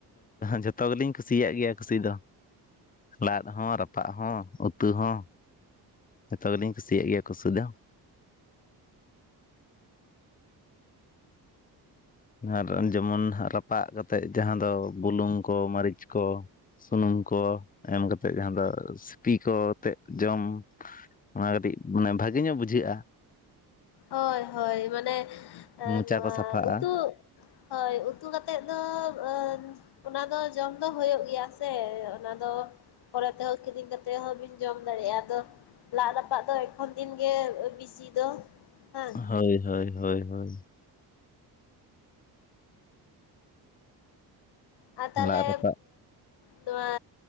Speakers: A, on the left (about 20°); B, on the left (about 80°).
A: ᱡᱚᱛᱚ ᱜᱮᱞᱤᱧ ᱠᱩᱥᱤᱭᱟᱜ ᱜᱮᱭᱟ ᱠᱩᱥᱤ ᱫᱚ᱾ ᱞᱟᱫ ᱦᱚᱸ ᱨᱟᱯᱟᱜ ᱦᱚᱸ ᱩᱛᱩ ᱦᱚᱸ ᱡᱚᱛᱚ ᱜᱮᱞᱤᱧ ᱠᱩᱥᱤᱭᱟᱜ ᱜᱮᱭᱟ ᱠᱩᱥᱤ ᱫᱚ᱾ ᱟᱨ ᱡᱮᱢᱚᱱ ᱨᱟᱯᱟᱜ ᱠᱟᱛᱮᱫ ᱡᱟᱦᱟᱸ ᱫᱚ ᱵᱩᱞᱩᱝ ᱠᱚ ᱢᱟᱹᱨᱤᱪ ᱠᱚ ᱥᱩᱱᱩᱢ ᱠᱚ ᱮᱢ ᱠᱟᱛᱮᱫ ᱡᱟᱦᱟᱸ ᱫᱚ ᱥᱤᱯᱤ ᱠᱚ ᱟᱛᱮᱫ ᱡᱚᱢ᱾ ᱚᱱᱟ ᱠᱟᱹᱴᱤᱡ ᱢᱟᱱᱮ ᱵᱷᱟᱹᱜᱮ ᱧᱚᱜ ᱵᱩᱡᱷᱟᱹᱜᱼᱟ᱾
B: ᱦᱳᱭ ᱦᱳᱭ ᱢᱟᱱᱮ
A: ᱢᱚᱪᱟ
B: ᱱᱚᱣᱟ
A: ᱠᱚ ᱥᱟᱯᱷᱟᱜᱼᱟ
B: ᱩᱛᱩ ᱦᱳᱭ ᱩᱛᱩ ᱠᱟᱛᱮᱫ ᱫᱚ ᱟᱸ ᱚᱱᱟ ᱫᱚ ᱡᱚᱢ ᱫᱚ ᱦᱩᱭᱩᱜ ᱜᱮᱭᱟ ᱥᱮ ᱚᱱᱟ ᱫᱚ ᱯᱚᱨᱮ ᱛᱮᱦᱚᱸ ᱠᱤᱨᱤᱧ ᱠᱟᱛᱮᱜ ᱛᱮᱦᱚᱸ ᱵᱤᱱ ᱡᱚᱢ ᱫᱟᱲᱮᱼᱟ ᱟᱫᱚ ᱞᱟᱫ ᱨᱟᱯᱟᱜ ᱫᱚ ᱮᱠᱷᱚᱱ ᱫᱤᱱ ᱜᱮ ᱵᱤᱥᱤ ᱫᱚ᱾ ᱦᱮᱸ
A: ᱦᱳᱭ ᱦᱳᱭ ᱦᱳᱭ ᱦᱳᱭ᱾
B: ᱟ ᱛᱟᱦᱚᱞᱮ
A: ᱞᱟᱫ ᱨᱟᱯᱟᱜ
B: ᱱᱚᱣᱟᱹ